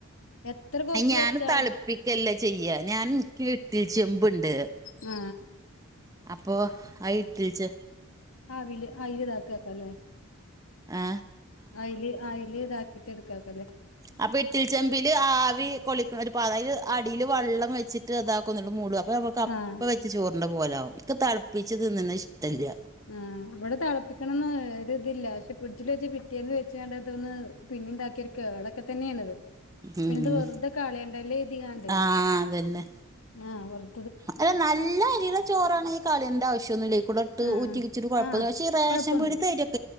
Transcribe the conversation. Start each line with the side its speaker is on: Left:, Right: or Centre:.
Left: എത്ര കൊറച്ച്
Right: ഞാൻ
Left: വെച്ചാൽ
Right: തെളപ്പിക്കല്ല ചെയ്യ. ഞാൻ ക്ക് ഇട്ട്ലി ചെമ്പ്ണ്ട്.
Left: ആ
Right: അപ്പൊ ആ ഇട്ട്ചെ
Left: ആവില് ആയില് ഇതാക്കാക്കല്ലേ.
Right: ആ
Left: അയ്ല്, അയ്ല് ഇതാക്കിട്ട് എടുക്കാക്കല്ലേ.
Right: അപ്പ ഇട്ടിലി ചെമ്പില് ആവി കൊളിക്ക ഒര് പാകം അയിന്റെ അടില് വെള്ളം വെച്ചിട്ട് അതാക്ക്‌ന്നെള്ളൂ മൂട് അപ്പ കപ്പ
Left: ആഹ്
Right: വെച്ച് ചോറിന്റെ പോലാവും ക്ക് തെളപ്പിച്ച് തിന്നണെ ഇഷ്ട്ടല്ല.
Left: ആ ഇവ്ടെ തെളപ്പിക്കണംന്ന് ഒര് ഇതില്ല പഷേ ഫ്രിഡ്ജിൽ വെച്ച് പിറ്റേന്ന് വെച്ചകാണ്ട് അതൊന്ന് പിന്നെ ഇതാക്കി കേടൊക്കെ തന്നെയാണത്.
Right: ഉം
Left: പിന്നെത് വെറ്ദേ കളയണ്ടല്ലേ കര്തികാണ്ട്
Right: ആഹ് അതന്നെ
Left: ആഹ് വെറ്
Right: അല്ല നല്ല അരിടെ ചോറാണ് ഈ കളയണ്ട ആവശ്യഒന്നുല്ല അയ് കൂടെട്ട്ഊറ്റിച്ചിട്ട്
Left: ആഹ്
Right: കൊഴപ്പന്നുല്ല
Left: ആഹ്
Right: പഷേ ഈ റേഷൻ
Left: കൊഴപ്പൊന്നുല്ല.
Right: പീടിത്തെ <unintelligible>